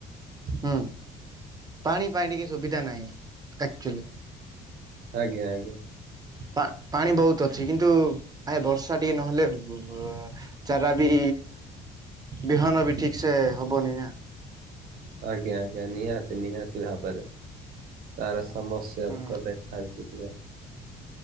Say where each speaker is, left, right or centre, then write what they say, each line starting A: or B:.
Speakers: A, on the right (about 25°); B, on the right (about 60°).
A: ହୁଁ, ପାଣି ପାଇଁ ଟିକେ ସୁବିଧା ନାହିଁ ଆକ୍ଚୁଲି,
B: ଆଜ୍ଞା-ଆଜ୍ଞା,
A: ପା ପାଣି ବହୁତ୍ ଅଛି କିନ୍ତୁ ଆଏ ବର୍ଷା ଟିକେ ନହେଲେ, ଓହୋ ଚାରା ବି ବିହନ ବି ଠିକ୍ ସେ ହବନି ନା,
B: ଆଜ୍ଞା-ଆଜ୍ଞା ନିହାତି-ନିହାତି ଭାବରେ ତାର ସମସ୍ୟା
A: ହୁଁ
B: ତ ଦେଖାଯି ବ,